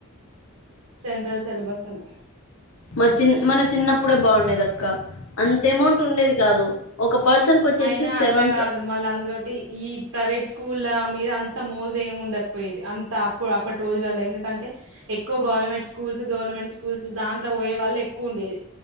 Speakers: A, on the right; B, on the left.
A: సెంట్రల్ సిలబస్ అని
B: మా చిన్ మన చిన్నప్పుడే బాగుండేది అక్క అంత అమౌంట్ ఉండేది కాదు ఒక పర్సన్ కి వచ్చేసి
A: అయినా
B: సెవెంత్
A: అట్లా కాదు మళ్ళ అందులోటి ఈ ప్రైవేట్ స్కూల్ల మీద అంత మోజ ఏమి ఉండకపోయేది అంత అప్పుడు అప్పటి రోజులలో ఎందుకంటే ఎక్కువ గ గవర్నమెంట్ స్కూల్ గవర్నమెంట్ స్కూల్ దాంట్లో పోయే వాళ్ళ ఎక్కువ ఉండేది